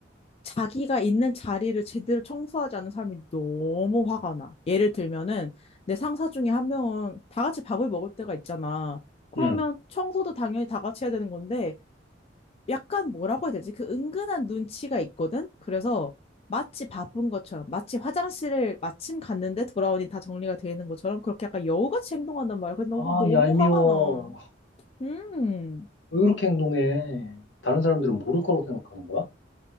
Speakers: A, on the left (about 35°); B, on the left (about 70°).
A: 자기가 있는 자리를 제대로 청소하지 않는 사람이 너무 화가 나. 예를 들면은 내 상사 중에 한 명은 다 같이 밥을 먹을 때가 있잖아. 그러면
B: 응.
A: 청소도 당연히 다 같이 해야 되는 건데 약간 뭐라고 해야 되지? 그 은근한 눈치가 있거든? 그래서 마치 바쁜 것처럼, 마치 화장실을 마침 갔는데 돌아오니 다 정리가 되어 있는 것처럼 그렇게 약간 여우같이 행동한단 말이야. 근데 너무,
B: 아,
A: 너무
B: 얄미워.
A: 화가 나. 음.
B: 왜 그렇게 행동해? 다른 사람들은 모를 거라고 생각하는 거야?